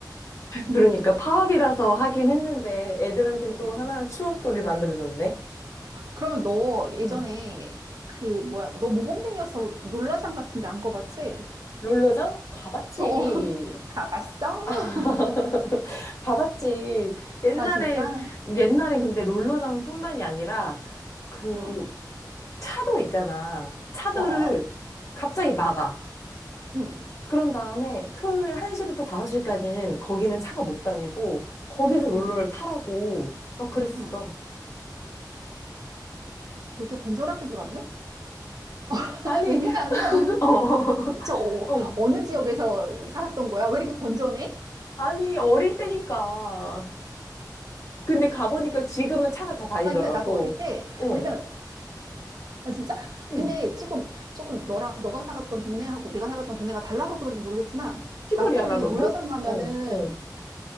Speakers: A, on the right; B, on the left.
A: <laughs>
B: 그러니까 파업이라서 하긴 했는데 애들한텐
A: 어,
B: 또 하나
A: 어.
B: 추억거리를 만들어줬네.
A: 그러면 너 예전에
B: 응.
A: 그 뭐야? 너 모범생이어서 롤라장 같은데 안 가봤지?
B: 롤러장? 가봤지.
A: <laughs> 어, 가봤어?
B: <laughs> 봐봤지. 옛날에,
A: 아 진짜?
B: 옛날에 근데 롤러장뿐만이 아니라 그
A: 응.
B: 차도 있잖아. 차도를
A: 어, 어, 어.
B: 갑자기 막아.
A: 응,
B: 그런 다음에 토요일 1시부터 5시까지는 거기는 차가 못 다니고 거기서 롤러를
A: 응,
B: 타라고 막 그랬어.
A: 응. 되게 건전하게 놀았네? <laughs>
B: 아니,
A: 왜냐하면
B: <laughs> 어,
A: 저
B: <laughs> 어.
A: 어느 지역에서 살았던 거야? 왜 이렇게 건전해?
B: 아니, 어릴 때니까. 근데 가보니까 지금은 차가 다 다니더라고.
A: 아, 그러니까 나도 어릴 때
B: 응,
A: 우리는 아, 진짜?
B: 응.
A: 근데 지금 조금 너라 너가 살았던 동네하고 내가 살았던 동네가 달라서 그런지 모르겠지만,
B: 시골이야,
A: 나 때는
B: 나 너무?
A: 롤러장 가면은
B: 어, 어.